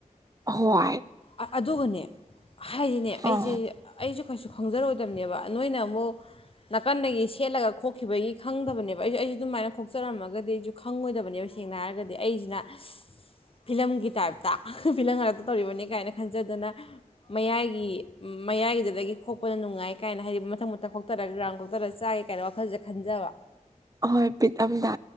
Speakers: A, on the right; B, on the left.
A: ꯍꯣꯢ
B: ꯑ ꯑꯗꯨꯒꯅꯦ ꯍꯥꯏꯗꯤꯅꯦ ꯑꯩꯖꯦ
A: ꯑꯥ
B: ꯑꯩꯁꯨ ꯀꯩꯁꯨ ꯈꯪꯖꯔꯣꯏꯗꯝꯅꯦꯕ ꯅꯣꯏꯅ ꯑꯃꯨꯛ ꯅꯥꯀꯟꯗꯒꯤ ꯁꯦꯠꯂꯒ ꯈꯣꯛꯈꯤꯕꯒꯤ ꯈꯪꯗꯕꯅꯦꯕ ꯑꯩꯁꯨ ꯑꯩꯁꯨ ꯑꯗꯨꯃꯥꯏꯅ ꯈꯣꯛꯆꯔꯝꯃꯒꯗꯤ ꯑꯩꯖꯨ ꯈꯪꯉꯣꯏꯗꯕꯅꯦꯕ ꯁꯦꯡꯅ ꯍꯥꯏꯔꯒꯗꯤ ꯑꯩꯖꯤꯅꯥ ꯐꯤꯂꯝꯒꯤ ꯇꯥꯏꯞꯇ ꯐꯤꯂꯝ ꯉꯛꯇ ꯇꯧꯔꯤꯕꯅꯤ ꯀꯥꯏꯅ ꯈꯟꯖꯗꯅ ꯃꯌꯥꯏꯒꯤ ꯃꯌꯥꯏꯒꯤꯗꯨꯗꯒꯤ ꯈꯣꯛꯄꯅ ꯅꯨꯡꯉꯥꯏ ꯀꯥꯏꯅ ꯍꯥꯏꯗꯤ ꯃꯊꯪ ꯃꯊꯪ ꯈꯣꯛꯇꯔꯒ ꯌꯥꯝ ꯈꯣꯛꯊꯔ ꯆꯥꯒꯦ ꯀꯩꯅꯣ ꯋꯥꯈꯜꯖꯤꯗ ꯈꯟꯖꯕ
A: ꯍꯣꯏ ꯕꯤꯠ ꯑꯝꯗ